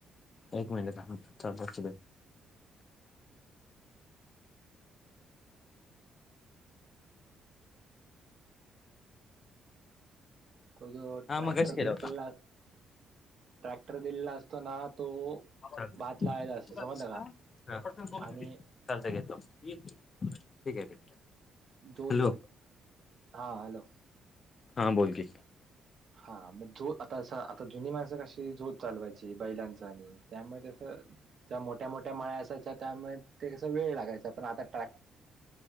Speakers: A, on the left; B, on the right.
A: एक मिनट चाल अस
B: त जो
A: हा
B: ट्रॅक्टर
A: मगाशी केला
B: दिला
A: होता.
B: ट्रॅक्टर दिलेला असतो ना तो
A: चा तु
B: भात लावायला असतो समजलं का
A: दिसलत
B: आणि
A: घेतलं ठीक आहे
B: जोत
A: हॅलो
B: हा हॅलो
A: हा बोल की
B: हा मग जो आता आता जुनी माणसं कशी जोत चालवायची बैलांच आणि त्यामुळे त्यास त्या मोठ मोठ्या मोठ्या मळ्या असायच्या त्यामुळे ते कस वेळ लागायचा पण आता ट्रॅक